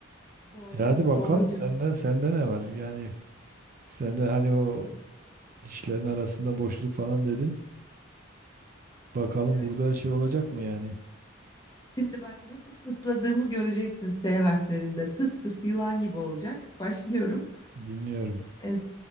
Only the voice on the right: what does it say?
E hadi bakalım
sende sende ne var? Yani sende hani o Dişlerin arasında boşluk falan dedin. Bakalım
burada şey olacak mı yani?
Dinliyorum.